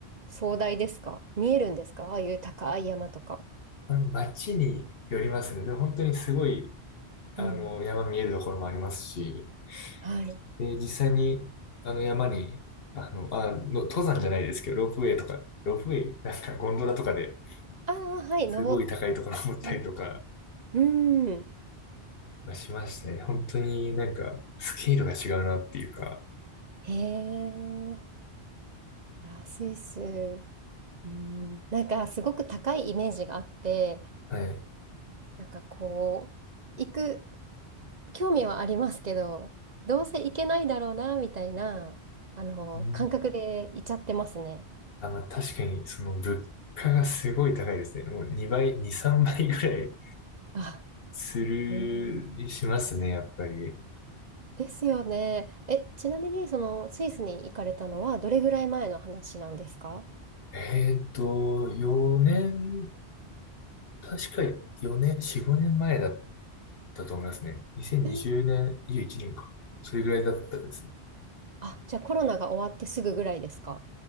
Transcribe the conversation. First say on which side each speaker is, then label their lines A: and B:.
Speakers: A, on the right; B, on the left.
A: 壮大ですか見えるんですかああいう高い山とか。
B: うん街によりますね。でも本当にすごい、あの、
A: うん。
B: 山見えるところもありますし、
A: はい。
B: で、実際に、あの、山に、あの、あの、登山じゃないですけど、ロープウェイとか、ロープウェイ、なんかゴンドラとかで
A: ああ、はい、
B: すごい高いところ登ったりとか
A: 登って。うん。
B: まあしましたね。本当になんか、スケールが違うなっていうか、
A: へえ。いや、スイス。うん、なんかすごく高いイメージがあって、
B: はい。
A: なんかこう、行く、興味はありますけど、どうせ行けないだろうな、みたいな、あの、
B: うん
A: 感覚で行っちゃってますね。
B: あ、まあ、確かに、その、物価がすごい高いですね。もう2倍、2、3倍ぐらい
A: あ、
B: する、
A: うん。
B: しますね、やっぱり。
A: ですよね。え、ちなみに、その、スイスに行かれたのは、どれぐらい前の話なんですか
B: えーっと、4年、確か4年、4、5年前だったと思いますね。2020年、
A: え
B: 21年か。それぐらいだったですね。
A: あ、じゃあコロナが終わってすぐぐらいですか